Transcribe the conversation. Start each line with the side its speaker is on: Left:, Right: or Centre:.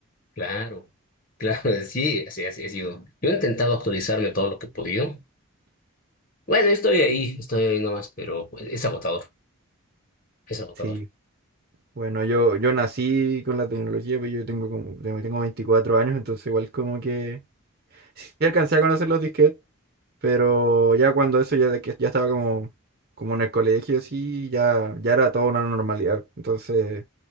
Left: claro, claro, <laughs> sí, así, así he sido. Yo he intentado actualizarme todo lo que he podido. Bueno, estoy ahí, estoy ahí nomás, pero pues, es agotador, es agotador.
Right: Sí, bueno, yo, yo nací con la tecnología, pero yo tengo como, tengo tengo 24 años, entonces igual como que sí alcancé a conocer los disquetes, Pero ya cuando eso, ya de que ya estaba como, como en el colegio, sí, ya, ya era toda una normalidad. Entonces